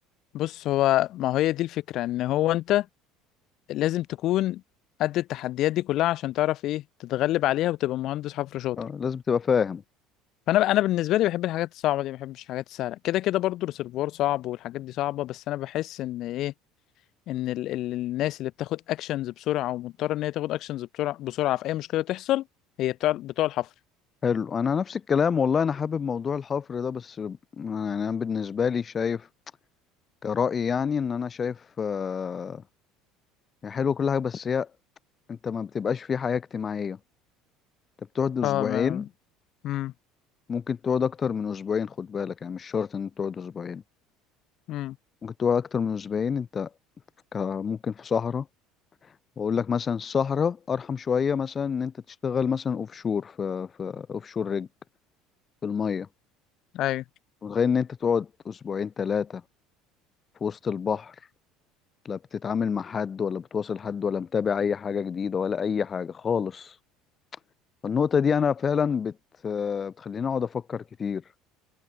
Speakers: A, on the left; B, on the left.
A: بص هو ما هي دي الفكرة ان هو انت لازم تكون قد التحديات دي كلها عشان تعرف ايه تتغلب عليها وتبقى مهندس حفر شاطر
B: آه، لازم تبقى فاهم
A: فانا انا بالنسبة لي بحب الحاجات الصعبة دي ما بحبش الحاجات السهلة كده كده برضو الريسيرفوار صعب والحاجات دي صعبة بس انا بحس ان ايه ان ال ال الناس اللي بتاخد اكشنز بسرعة ومضطرة ان هي تاخد اكشنز بسرعة بسرعة في اي مشكلة تحصل هي بتاع بتوع الحفر
B: حلو انا نفس الكلام والله انا حابب موضوع الحفر ده بس يعني انا بالنسبة لي شايف كرأي يعني ان انا شايف آه، هي حلوة كل حاجة بس هي انت ما بتبقاش في حياة اجتماعية انت بتقعد اسبوعين
A: اه ما... مم.
B: ممكن تقعد اكتر من اسبوعين خد بالك يعني مش شرط ان تقعد اسبوعين
A: مم.
B: ممكن تقعد اكتر من اسبوعين انت ك- ممكن في صحراء واقول لك مثلا السهرة ارحم شوية مثلا ان انت تشتغل مثلا اوف شور في في اوف شور رجل في المية
A: ايوه
B: متخيل ان انت تقعد اسبوعين ثلاثة في وسط البحر لا بتتعامل مع حد ولا بتواصل حد ولا متابع اي حاجة جديدة ولا اي حاجة خالص فالنقطة دي انا فعلا بت بتخليني اقعد افكر كتير